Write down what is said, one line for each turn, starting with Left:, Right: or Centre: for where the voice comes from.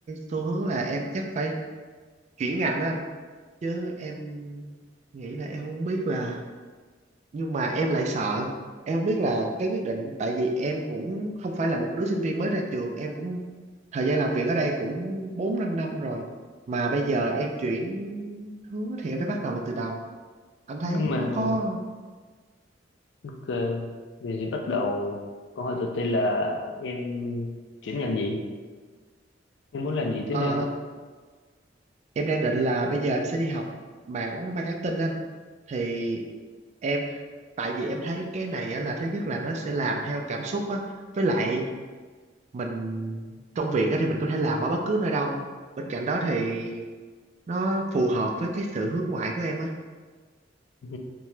Right: xu hướng là em chắc phải chuyển ngành á anh chứ em nghĩ là em không biết là nhưng mà em lại sợ. Em không biết là cái quyết định tại vì em cũng không phải là một đứa sinh viên mới ra trường, em cũng thời gian làm việc ở đây cũng 4 5 năm rồi mà bây giờ em chuyển hướng thì em phải bắt đầu lại từ đầu. Anh thấy
Left: Nhưng mà
Right: nó có
Left: ok, vậy thì bắt đầu câu hỏi đầu tiên là em chuyển ngành gì? Em muốn làm gì tiếp
Right: ờ,
Left: theo?
Right: Em đang định là bây giờ em sẽ đi học mảng marketing anh thì em tại vì em thấy cái này á là thứ nhất là nó sẽ làm theo cảm xúc á với lại mình công việc á thì mình có thể làm ở bất cứ nơi đâu bên cạnh đó thì nó phù hợp với cái sự hướng ngoại của em á
Left: Ừ.